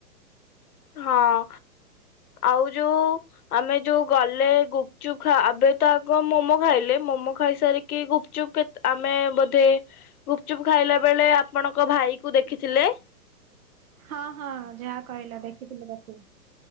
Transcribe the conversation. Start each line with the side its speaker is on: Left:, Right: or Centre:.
Left: ହଁ ଆଉ ଯୋଉ ଆମେ ଯୋଉ ଗଲେ ଗୁପଚୁପ ଖା- ଆବେ ତ ଆଗ ମୋମୋ ଖାଇଲେ, ମୋମୋ ଖାଇସାରିକି ଗୁପଚୁପ କେତ୍ ଆମେ ବୋଧେ ଗୁପଚୁପ ଖାଇଲା ବେଳେ ଆପଣଙ୍କ ଭାଇ କୁ ଦେଖିଥିଲେ।
Right: ହଁ ହଁ ଯାହା କହିଲ ଦେଖିଥିଲେ ତାକୁ।